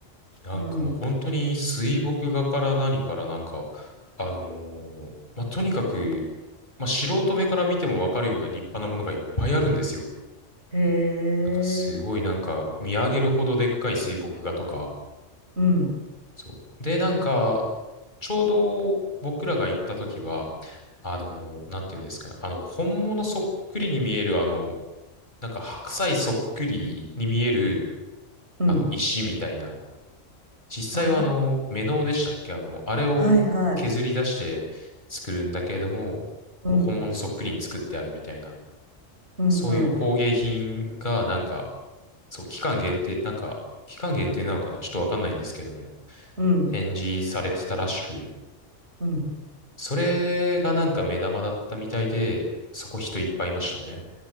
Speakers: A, on the left; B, on the right.
A: なんかもう本当に水墨画から何からなんか、
B: うん、
A: あのーまあ、とにかく、まあ、素人目から見てもわかるような立派なものがいっぱいあるんですよ。
B: へえ、
A: なんかすごいなんか見上げるほどでっかい水墨画とか、
B: うん、
A: そう。で、なんか、ちょうど僕らが行った時は、あの、なんていうんですかね、あの、本物そっくりに見える、あの、なんか白菜そっくりに見える、
B: うん。
A: あの、石みたいな、実際はあの、
B: あ
A: メノウでしたっけあの、あれを削り出して作るんだけれども、
B: あ、はいはい。うん、
A: こう、本物そっくりに作ってあるみたいな、
B: うん、
A: そういう工芸品がなんか、
B: うん。
A: そう、期間限定、なんか、期間限定なのかなちょっとわかんないんですけども、
B: うん、
A: 展示されてたらしく、
B: うん。
A: それがなんか目玉だったみたいで、そこ人いっぱいいましたね。